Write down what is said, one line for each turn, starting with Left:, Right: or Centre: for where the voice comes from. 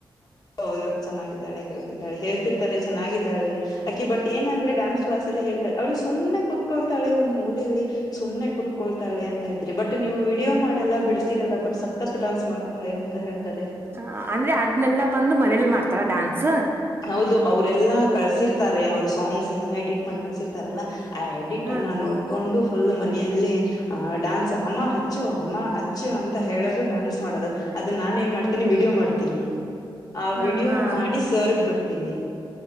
Left: ಹೌದು ಚೆನ್ನಾಗಿದ್ದಾಳೆ ಕೇಳ್ತಿದ್ದಾಳೆ ಹೇಳ್ತಿರ್ತಾರೆ ಚೆನ್ನಾಗಿದ್ದಾಳೆ ಅಕ್ಕಿ ಬಟ್ ಏನ್ ಅಂದ್ರೆ ಡ್ಯಾನ್ಸ್ ಕ್ಲಸ್ ಅಲ್ಲಿ ಹೇಳ್ತಾಳೆ. ಅವಳು ಸುಮ್ಮನೆ ಕೂತ್ಕೊತ್ತಾಳೆ ಒಂದ್ ಮೂಲೆಯಲ್ಲಿ. ಸುಮ್ನೆ ಕುತ್ಕೂಳ್ತಾಳೆ ಅಂತ ಹೇಳ್ತೀರಿ ಬಟ್ ನೀವು ವಿಡಿಯೋ ಮಾಡಲ್ಲೆ ಬಿಡ್ತತೀರೆಲ್ಲ ಬಟ್ ಸಕ್ಕತ್ ಡಾನ್ಸ್ ಮಾಡ್ ತಾಳೆ ಅಂತ ಹೇಳ್ತಾರೆ.
Right: ಹ ಅಂದ್ರೆ ಅದ್ನೆಲ್ಲಾ ಬಂದು ಮನೇಲಿ ಮಾಡ್ತಾಳ ಡ್ಯಾನ್ಸ್
Left: ಹೌದು ಅವ್ರೆಲ್ಲಾ ಕಳ್ಸಿರ್ತಾರೆ ಅವರು ಸಾಂಗ್ಸ್ ಎಲ್ಲಾ ಎಡಿಟ್ ಮಾಡಿ ಕಳ್ಸಿರ್ತಾರೆಲ್ಲ. ಆ ಎಡಿಟ್
Right: ಹ
Left: ಅನ್ನು ನೋಡ್ಕೊಂಡು ಪುಲ್ ಮನೆಯಲ್ಲಿ. ಅ ಡಾನ್ಸ್ ಅಮ್ಮ ಹಚ್ಚು ಅಮ್ಮ ಹಚ್ಚು ಅಂತ ಹೇಳೋದು ಡಾನ್ಸ್ ಮಾಡೋದು. ಅದನ್ನ ನಾನು ಏನ್ ಮಾಡ್ತನಿ ವಿಡಿಯೋ ಮಾಡ್ತೀನಿ. ಆ
Right: ಹ
Left: ವಿಡಿಯೋ
Right: ಹಾ
Left: ಮಾಡಿ ಸರ್ಗ್ ಬಿಡ್ತೀನಿ.